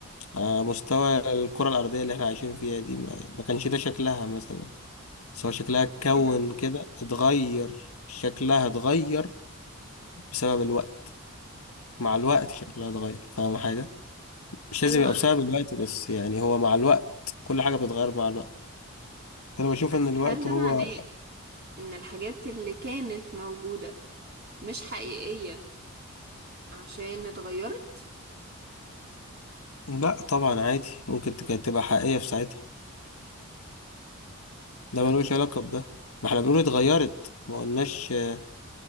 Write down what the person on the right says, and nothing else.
مم.
ايوه
بس
هل ده
معناه ان الحاجات اللي كانت موجودة مش حقيقية عشان اتغيرت
أه.